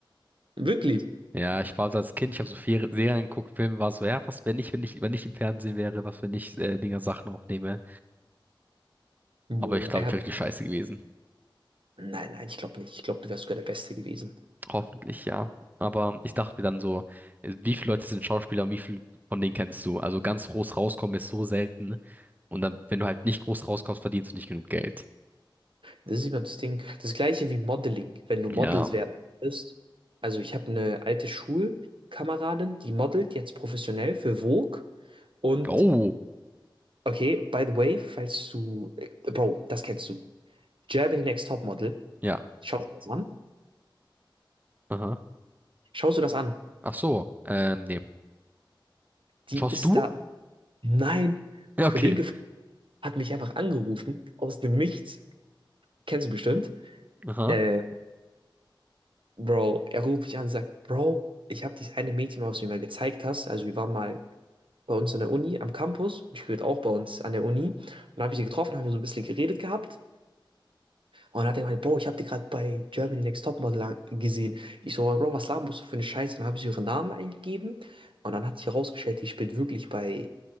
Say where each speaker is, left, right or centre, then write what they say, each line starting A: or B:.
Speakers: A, on the right; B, on the right.
A: Wirklich.
B: Ja, ich war also als Kind, ich habe so viele Serien geguckt, Filme, war so, ja, was, wenn ich, wenn ich, wenn ich im Fernsehen wäre, was, wenn ich äh, Dinger Sachen aufnehme.
A: Boah,
B: Aber ich glaube,
A: er hat.
B: ich wäre richtig scheiße gewesen.
A: Nein, nein, ich glaube nicht. Ich glaube, du wärst sogar der Beste gewesen.
B: Hoffentlich, ja. Aber ich dachte mir dann so, äh, wie viele Leute sind Schauspieler und wie viele von denen kennst du? Also ganz groß rauskommen ist so selten. Und dann, wenn du halt nicht groß rauskommst, verdienst du nicht genug Geld.
A: Das ist immer das Ding. Das gleiche wie Modeling, wenn du Models
B: Ja.
A: werden willst. Also ich habe eine alte Schulkameradin, die modelt jetzt professionell für Vogue. Und
B: Oh.
A: okay, by the way, falls du, äh, Bro, das kennst du. Germany Next Topmodel.
B: Ja.
A: Schaust du das an?
B: Aha.
A: Schaust du das an?
B: Ach so. Ähm, nee.
A: Die
B: Schaust
A: ist
B: du?
A: da. Nein,
B: <laughs>
A: ein
B: Ja,
A: Kollege
B: okay.
A: von- hat mich einfach angerufen aus dem Nichts. Kennst du bestimmt.
B: Aha.
A: Äh, Bro, er ruft mich an und sagt, Bro, ich habe dieses eine Mädchen, was du mir mal gezeigt hast. Also wir waren mal bei uns an der Uni, am Campus. Ich gehört auch bei uns an der Uni. Und dann habe ich sie getroffen, haben wir so ein bisschen geredet gehabt. Und dann hat er gemeint, Bro, ich habe die gerade bei Germany Next Topmodel an- gesehen. Ich so, Bro, was laberst du für eine Scheiße? Dann habe ich so ihren Namen eingegeben. Und dann hat sich herausgestellt, die spielt wirklich bei